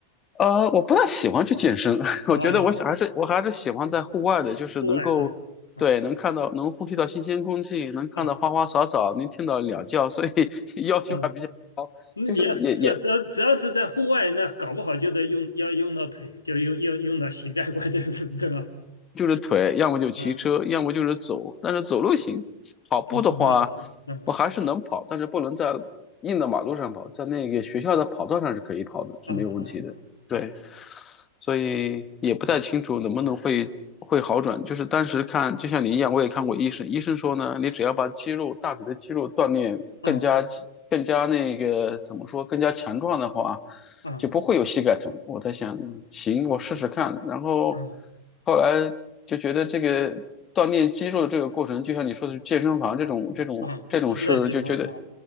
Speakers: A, on the left; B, on the left.
A: 呃，我不太喜欢去健身，<laughs> 我觉得我想还是我还是喜欢在户外的，
B: 哦，
A: 就是能够，
B: 户外哈，啊
A: 对，能看到能呼吸到新鲜空气，能看到花花草草，
B: 啊
A: 能听到鸟叫，所以 <laughs> 要求还比较高，
B: 啊！那你要只要只要只要是在户外，
A: 就是也也
B: 那搞不好就得用要用到腿，就用要用到膝盖，关键是对吧？
A: 就是腿，要么就骑车，
B: 啊
A: 要么就是走，但是走路行，跑步的话，
B: 啊，对，恶嗯
A: 我还是能跑，但是不能在硬的马路上跑，在那个学校的跑道上是可以跑的，是没有问题的，
B: 啊啊
A: 对。所以也不太清楚能不能会会好转。就是当时看，就像你一样，我也看过医生，医生说呢，你只要把肌肉大腿的肌肉锻炼更加更加那个怎么说，
B: 啊啊
A: 更加强壮的话，
B: 啊
A: 就不会有膝盖疼。我在想，行，我试试看。然后
B: 啊
A: 后来就觉得这个锻炼肌肉的这个过程，就像你说的健身房这种这种这种事，
B: 啊，你不太喜欢啊
A: 就觉得。